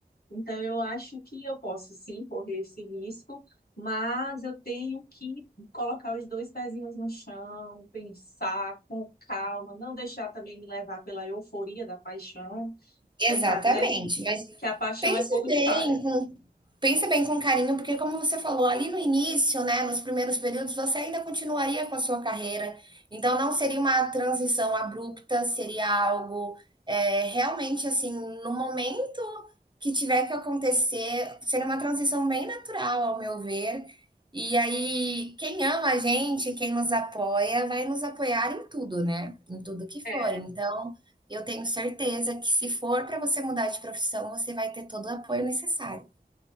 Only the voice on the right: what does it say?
Exatamente,
mas
pense
bem
com Pensa bem com carinho, porque como você falou ali no início, né, nos primeiros períodos, você ainda continuaria com a sua carreira. Então não seria uma transição abrupta, seria algo é, realmente assim, no momento que tiver que acontecer, seria uma transição bem natural, ao meu ver. E aí, quem ama a gente, quem nos apoia, vai nos apoiar em tudo, né? Em tudo que for.
Então, eu tenho certeza que se for para você mudar de profissão, você vai ter todo o apoio necessário.